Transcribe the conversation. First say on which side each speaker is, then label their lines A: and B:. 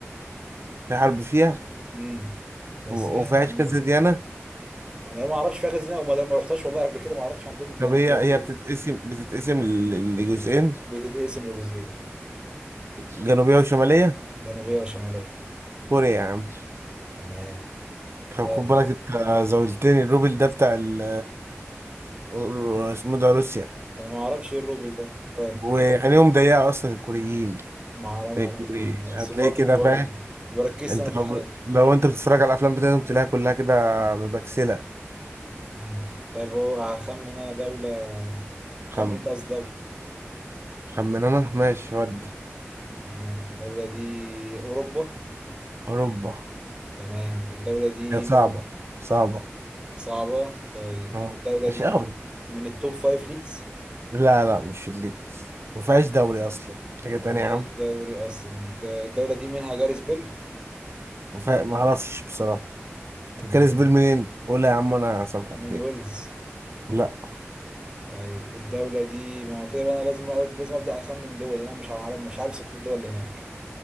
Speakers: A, on the right; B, on the right.
A: في حرب فيها
B: امم بس
A: و-
B: يعني
A: وفيهاش كذا ديانة
B: انا ما اعرفش فيها جزء وما ما رحتش والله قبل كده ما اعرفش عندهم الديانات
A: طب هي
B: بيعبدوا
A: هي
B: إيه.
A: بتتقسم بتتقسم ل- لجزئين
B: بتتقسم لجزئين
A: جنوبية وشمالية
B: جنوبيه وشماليه
A: كوريا يا عم
B: تمام
A: طب
B: طيب
A: خد بالك انت زولتني الروبل ده بتاع ال آه، اسمه ده روسيا
B: انا ما اعرفش ايه الروبل ده طيب
A: وعينيهم ضيقة أصلا الكوريين
B: ما اعرف ما
A: هتلاقي الكوري-
B: ما-
A: هتلاقي
B: صفاتهم
A: كده
B: برضو
A: فاهم
B: ما بركزش
A: أنت
B: انا في
A: لو
B: الحاجات دي
A: لو أنت بتتفرج على الأفلام بتاعتهم تلاقيها كلها كده مبكسلة
B: امم طيب هو هخمن انا دوله
A: خم
B: خمن انت قصدي دوله
A: خمن أنا ماشي ودي
B: تمام الدوله دي اوروبا
A: أوروبا
B: تمام الدوله دي
A: هي صعبة صعبة
B: صعبه طيب
A: أهو.
B: الدوله
A: مش
B: دي
A: أوي
B: من التوب فايف ليجز
A: لا لا مش الليج مفيهاش دوري أصلا حاجة
B: ما
A: تانية
B: فيهاش
A: يا عم
B: دوري اصلا ده الدولة دي منها جاريسبل
A: مفيه... معرفش بصراحة
B: مم.
A: طب كان سبيل منين؟ قول يا عم أنا سامحك
B: من
A: فين
B: ويلز
A: لا
B: طيب الدولة دي ما هو كده بقى انا لازم لازم ابدا اخمن دول لأن انا مش عارف مش عارف صفات الدول اللي هناك